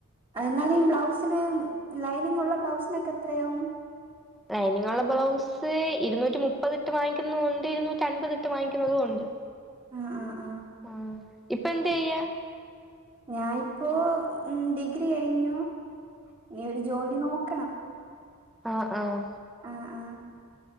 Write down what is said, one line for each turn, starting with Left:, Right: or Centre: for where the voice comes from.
Right: എന്നാല ഈ ബ്ലൗസിന് ലൈനിങ്ള്ള ബ്ലൗസിനൊക്കെ എത്രയാവും
Centre: ലൈനിങ്ങ ഉള്ള ബ്ലൗസ് ഇരുന്നൂറ്റി മുപ്പതിട്ട് വാങ്ങിക്കുന്നതും ഉണ്ട് ഇരുന്നൂറ്റി അൻപതി ഇട്ട് വാങ്ങിക്കുന്നതും ഉണ്ട്.
Right: ആഹ്‌ ആഹ്‌
Centre: ആഹ്‌ ഇപ്പ എന്ത് ചെയ്യ
Right: ഞാനിപ്പോ ഉം. ഡിഗ്രി കഴിഞ്ഞു ഇനി ഒരു ജോലി നോക്കണം.
Centre: ആഹ്‌ ആഹ്‌
Right: ആഹ്‌ ആഹ്‌